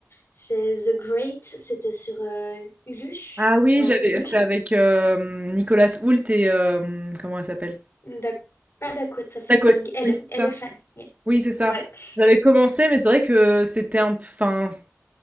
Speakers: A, on the left; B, on the right.
A: C'est The Great, c'était sur euh, Hulu.
B: Ah oui,
A: Ouais,
B: j'avais
A: Hulu.
B: c'est avec, hem, Nicolas Hoult et hem, comment elle s'appelle?
A: Da- pas Dakota Fanning,
B: D'accord.
A: elle,
B: oui, c'est
A: Elephant.
B: ça.
A: Yeah.
B: Oui, c'est ça.
A: Ouais.
B: J'avais
A: Et-
B: commencé, mais c'est vrai que c'était un p enfin,